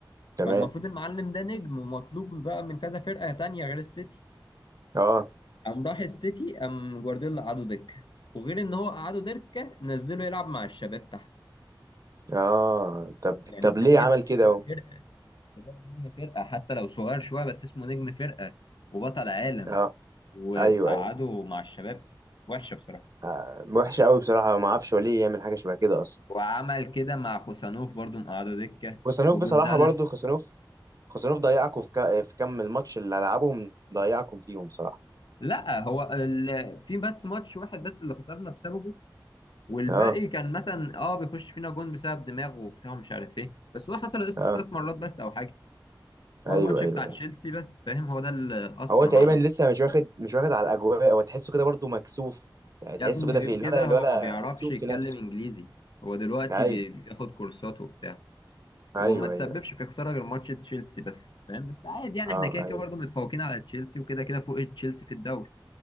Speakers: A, on the right; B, on the left.
A: تمام
B: فالمفروض المعلم ده نجم ومطلوب بقى من كذا فرقة تانية غير السيتي
A: اه
B: قام راح السيتي قام جوارديولا قعده دكة وغير ان هو قعده دكة نزله يلعب مع الشباب تحت
A: اه طب
B: يعني
A: طب
B: انت
A: ليه
B: جايب
A: عمل
B: نجم
A: كده اهو
B: فرقة انت جايب نجم فرقة حتى لو صغير شوية بس اسمه نجم فرقة وبطل عالم
A: اه
B: وتقعده
A: ايوه ايوه
B: مع الشباب وحشة بصراحة
A: آه. وحشه قوي بصراحه ما اعرفش هو ليه يعمل حاجه شبه كده اصلا
B: وعمل كده مع خوسانوف برضو مقعده دكة
A: خوسانوف
B: وجونزاليس
A: بصراحه برضو خوسانوف خوسانوف ضيعكم في, كا... في كم الماتش اللي لعبهم ضيعكم فيهم بصراحه
B: لا هو ال... في بس ماتش واحد بس اللي خسرنا بسببه والباقي
A: اه
B: كان مثلا اه بيخش فينا جون بسبب دماغه وبتاع ومش عارف ايه بس هو حصل اس
A: اه
B: ثلاث مرات بس او حاجه هو
A: ايوه
B: الماتش
A: ايوه
B: بتاع
A: ايوه
B: تشيلسي بس فاهم هو ده اللي اثر
A: هو تقريبا
B: معانا
A: لسه
B: الماتش
A: مش واخد مش واخد على الاجواء هو تحسه كده برضو مكسوف يعني
B: يا
A: تحسه
B: ابني
A: كده
B: غير
A: في
B: كده
A: الولا الولا
B: هو ما بيعرفش
A: مكسوف
B: يتكلم
A: في نفسه
B: انجليزي هو دلوقتي
A: ايوه
B: بي- بياخد كورسات وبتاع
A: ايوه
B: هو ما تسببش
A: ايوه
B: في خساره غير ماتش تشيلسي بس فاهم بس عادي يعني
A: اه
B: احنا كده كده
A: ايوه
B: برضه متفوقين على تشيلسي وكده كده فوق تشيلسي في الدوري